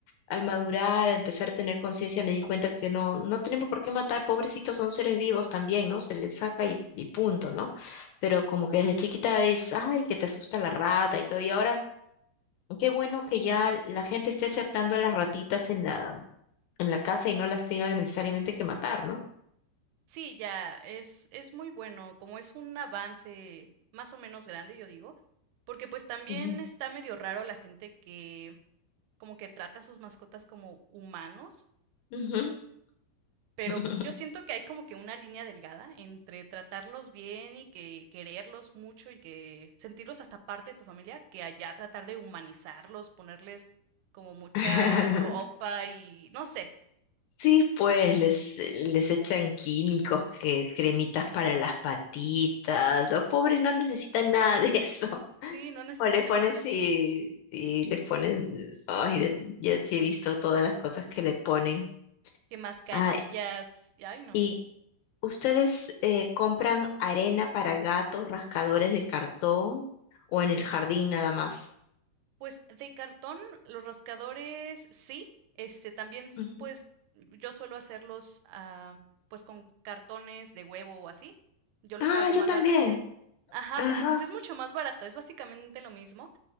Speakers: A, on the left; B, on the right.
A: al madurar, a empezar a tener conciencia, me di cuenta que no, no tenemos por qué matar, pobrecitos, son seres vivos también, ¿no? Se les saca y, y punto, ¿no? Pero como que desde chiquita es, ay, que te asusta la rata y todo, y ahora qué bueno que ya la gente esté aceptando a las ratitas en la, en la casa y no las tengan necesariamente que matar, ¿no?
B: Sí, ya, es, es muy bueno, como es un avance más o menos grande, yo digo, porque pues también
A: Ujú.
B: está medio raro la gente que como que trata a sus mascotas como humanos,
A: Ujú.
B: pero
A: <laughs>
B: yo siento que hay como que una línea delgada entre tratarlos bien y que quererlos mucho y que sentirlos hasta parte de tu familia, que allá tratar de humanizarlos, ponerles como mucha
A: <laughs>
B: ropa y no sé.
A: Sí, pues les, les echan químicos, que, cremitas para las patitas. Los pobres no necesitan nada de eso.
B: Sí, no necesitan
A: O les pones
B: nada de eso.
A: y, y les ponen, ay, de- ya sí he visto todas las cosas que le ponen.
B: Que mascarillas,
A: Ah,
B: y ay no.
A: ¿y ustedes eh, compran arena para gatos, rascadores de cartón o en el jardín nada más?
B: Pues de cartón, los rascadores sí, este también s-
A: Ujú.
B: pues yo suelo hacerlos ah, pues con cartones de huevo o así. Yo los
A: Ah,
B: hago manualmente.
A: yo también.
B: Ajá,
A: Ajá.
B: porque pues es mucho más barato, es básicamente lo mismo